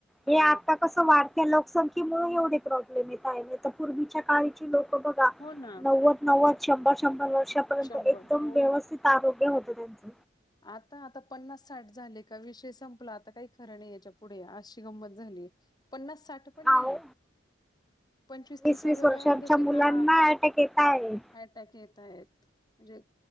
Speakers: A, in the centre; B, on the left.
A: हे
B: अ
A: आता कसं वाढतय लोकसंख्येमुळे एवढे प्रॉब्लेम येत आहे पूर्वीच्या काळ लोक बघा
B: हो ना
A: नव्व नव्व शंभर शंभर वर्षापर्यंत
B: शंभर
A: एकदम
B: हो
A: व्यवस्थित आरोग्य होतं त्यांच
B: आता आता पन्नास साठ झाले का विषय संपला आता काही खरं नाही याच्या पुढे आशी गंमत झालीय पन्नास साठ पण नई
A: अहो
B: पंचवीस
A: वीस
B: तिसाव्या
A: वीस वर्षांच्या
B: वयामध्ये सुद्धा
A: मुलांना
B: <unintelligible>
A: अटॅक येत आहे
B: <unintelligible> येत आहेत म्हणजे